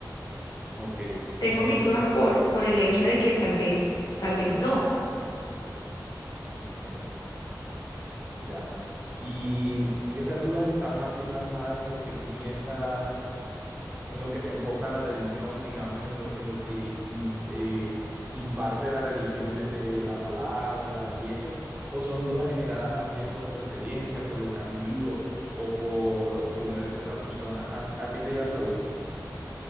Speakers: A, on the right (about 20°); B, on the left (about 75°).
A: Ok, y,
B: Tengo mis
A: y
B: dudas por, por el hecho de que tal vez, tal vez no.
A: ok, ya. Y esas dudas están más bien basadas en lo que tú piensas, en lo que se enfoca la religión, digamos, en lo, en lo que im- eh, imparte la religión desde la palabra y eso, o son dudas generadas más bien por tu experiencia, por lo que has vivido o por opiniones de otras personas. ¿A, a qué te lleva esa duda?